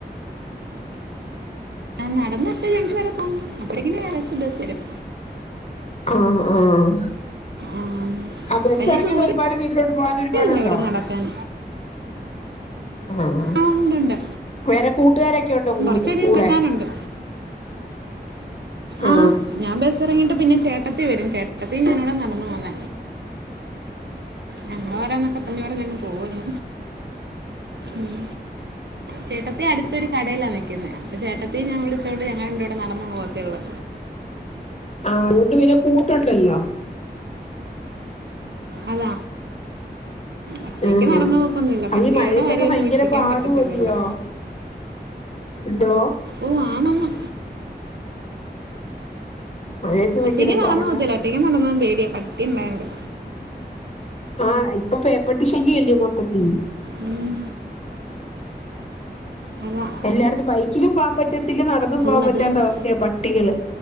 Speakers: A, on the right; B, on the left.
A: നടന്നെത്തി ഇഗ്ഷൻ വരെ പോും അപ്പോഴേക്ക വേറെ ബസ് വരും
B: ആ ആഹ്
A: ആം.
B: ആ ബസ്
A: വലിയ
B: ഇറങ്ങിട്ട
A: ദൂരം
B: ഒരുപാട് വീട്ടിലോട്ട് പോകാൻ ഒരുപാടുണ്ടോ
A: ഇല്ല ഇവിടെ നടക്കാൻ
B: ആഹ്
A: ആ ഉണ്ട് ഉണ്ട്
B: വേറെ കൂട്ടുകാരൊക്കെ ഉണ്ടോ കൂടത്
A: കുറച്ചധികം
B: കൂടെ
A: നടക്കാനുണ്ട്
B: ആ
A: ആഹ് ഞാൻ ബസ് ഇറങ്ങിയിട്ട് പിന്നെ ചേട്ടത്തി വരും ചേട്ടത്തിം ഞാനുടെ നടന്ന് പോന്ന ഞങ്ങൾ വരാന്നൊക്കെ <unintelligible> പോകുന്നു ഉം. ചേട്ടത്തി അട്ത്തൊരു കടേലാ നിക്കുന്നെ അപ്പോ ചേട്ട ണ്ടിം ഞാൻ വിളിച്ചോണ്ട് ഞങ്ങള് രണ്ടൂടെ നടന്നങ്ങ് പോകത്തേയുള്ളൂ.
B: ആഹ് അത് കൊണ്ട് പിന്നെ കൂട്ടുണ്ടല്ലോ.
A: അതാ. ഒറ്റയ്ക്ക്
B: ഉം
A: നടന്നു പോക്കൊന്നുമില്ല
B: അതീ
A: പട്ടികളുടെ
B: മഴയത്തൊക്കെ
A: കാര്യമൊന്നും
B: ഭയങ്കര
A: വിഷ്ടിക്കാൻ
B: പാടുവല്ലിയോ?
A: പറ്റത്തില്ലല്ലോ
B: എന്തോ?
A: ഓ ആണന്ന്.
B: മഴയത്ത് ഭയങ്കര
A: ഒറ്റയ്ക്ക് നടന്ന്
B: പാടാ
A: പോകത്തില്ല ഒറ്റയ്ക്ക് നടന്നോകാൻ പേടിയ പട്ടിണ്ടായോണ്ട്.
B: ആഹ് ഇപ്പൊ പേപ്പട്ടി ശല്യംല്ലേ മൊത്തത്തി
A: ഉം. അതാ.
B: എല്ലായിടത്തും ബൈക്കിലും പോകാൻ പറ്റത്തില്ല നടന്നും
A: ഓ
B: പോകാൻ പറ്റാത്ത
A: അത് തന്നെ
B: അവസ്ഥയ പട്ടികള്.